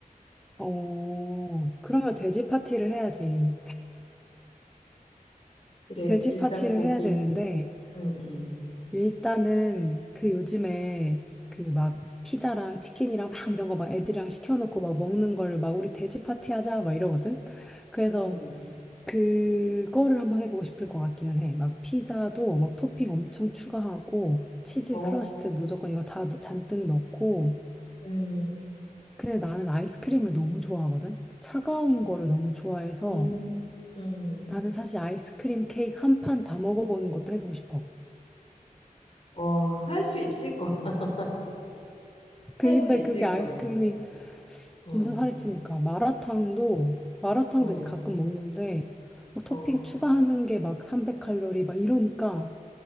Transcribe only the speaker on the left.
그래,
<laughs> 일단
고기.
음, 음,
음.
어,
음,
음, 음.
어, 할 수 있을 거야. <laughs>
할 수
있을
거야. 어,
어,
어,